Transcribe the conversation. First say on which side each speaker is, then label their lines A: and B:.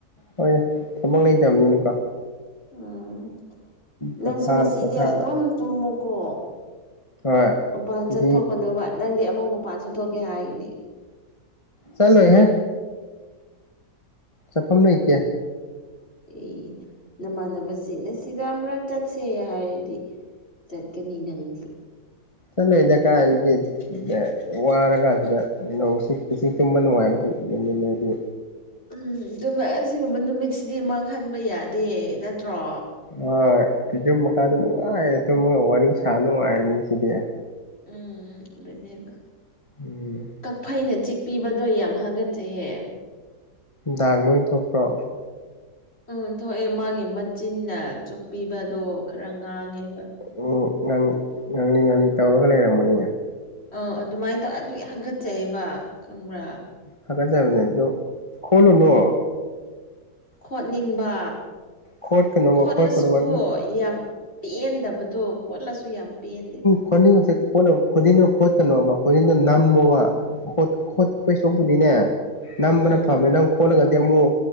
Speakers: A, on the left; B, on the left.
A: ꯍꯣꯏ ꯊꯕꯛ ꯂꯩꯇꯕꯅꯤꯅꯀꯣ
B: ꯎꯝ ꯅꯪꯁꯨ
A: ꯄꯣꯊꯥꯔ
B: ꯉꯁꯤꯗꯤ
A: ꯄꯣꯊꯥꯔ
B: ꯑꯗꯨꯝ ꯇꯨꯝꯃꯨꯀꯣ
A: ꯍꯣꯏ
B: ꯃꯄꯥꯟ ꯆꯠꯊꯣꯛꯀꯅꯣꯕ
A: ꯑꯗꯨ
B: ꯅꯪꯗꯤ ꯑꯃꯨꯛ ꯃꯄꯥꯟ ꯆꯠꯊꯣꯛꯀꯦ ꯍꯥꯏꯒꯅꯤ
A: ꯆꯠꯂꯣꯏꯍꯦ ꯆꯠꯐꯝ ꯂꯩꯇꯦ
B: ꯑꯦ ꯅꯃꯥꯟꯅꯅꯕ ꯑꯁꯤ ꯁꯤꯗ ꯑꯃꯛ ꯆꯠꯁꯦ ꯍꯥꯏꯔꯗꯤ ꯆꯠꯀꯅꯤ ꯅꯪꯗꯤ
A: ꯆꯂꯣ ꯏꯗ ꯀꯥꯏꯒꯦ ꯗ ꯋꯥꯔꯀꯥꯟꯁꯤꯗꯁꯤ ꯄꯨꯁꯤ ꯇꯨꯝꯕ ꯅꯨꯡꯉꯥꯏꯕ ꯉꯃꯤꯟꯅꯗꯤ
B: ꯎꯝ ꯑꯗꯨ ꯑꯁꯤꯒꯨꯝꯕ ꯅꯨꯃꯤꯠꯁꯤꯗꯤ ꯃꯥꯡꯍꯟꯕ ꯌꯥꯗꯦ ꯅꯠꯇ꯭ꯔꯣ
A: ꯍꯣꯏ ꯐꯤꯖꯣꯝ ꯃꯈꯥꯗ ꯅꯨꯡꯉꯥꯏꯔ ꯑꯗꯨꯒ ꯋꯥꯔꯤ ꯁꯥ ꯅꯨꯡꯉꯥꯏꯔꯅꯤ ꯁꯤꯗꯤ
B: ꯎꯝ ꯑꯗꯨꯅꯦꯕ
A: ꯎꯝ
B: ꯀꯛꯐꯩꯅ ꯆꯤꯛꯄꯤꯕꯗꯣ ꯌꯥꯝ ꯍꯥꯒꯠꯆꯩꯌꯦ
A: ꯗꯥꯛ ꯂꯣꯏ ꯊꯣꯛꯄ꯭ꯔꯣ
B: ꯎꯝ ꯊꯣꯛꯑꯦ ꯃꯥꯒꯤ ꯃꯆꯤꯟꯅ ꯆꯨꯞꯄꯤꯕꯗꯣ ꯈꯔ ꯉꯥꯡꯉꯦꯕ
A: ꯑꯣ ꯉꯂꯤ ꯉꯥꯡꯂꯤ ꯇꯧꯔꯒ ꯂꯩꯔꯝꯕꯅꯦ
B: ꯑꯥ ꯑꯗꯨꯃꯥꯏꯅ ꯇꯧꯔ ꯑꯗꯨ ꯍꯥꯒꯠꯆꯩꯑꯕ ꯈꯪꯕ꯭ꯔꯥ
A: ꯍꯒꯠ ꯆꯕꯅꯦꯗꯣ ꯀꯣꯂꯣꯅꯣ
B: ꯎꯝ ꯈꯣꯠꯅꯤꯡꯕ
A: ꯈꯣꯠꯀꯅꯨꯕ
B: ꯈꯣꯠꯂꯁꯨꯀꯣ
A: ꯈꯣꯠꯀꯅꯨꯕ ꯅꯪ
B: ꯌꯥꯝ ꯄꯦꯟꯗꯕꯗꯣ ꯈꯣꯠꯂꯁꯨ ꯌꯥꯝ ꯄꯦꯟꯗꯦꯕ
A: ꯈꯣꯟꯗꯤꯕꯁꯦ ꯀꯣꯠꯂ ꯈꯨꯗꯤꯟꯗꯣ ꯈꯣꯠꯀꯅꯣꯕ ꯈ ꯈꯨꯗꯤꯟꯗꯣ ꯅꯝꯃꯣꯕꯣꯠ ꯈꯣꯠꯄꯩꯁꯨꯕꯨꯗꯤꯅꯦ ꯅꯝꯕꯅ
B: ꯎꯝ
A: ꯐꯕꯅꯦ ꯅꯪ ꯈꯣꯠꯂꯒꯗꯤ ꯑꯃꯨꯛ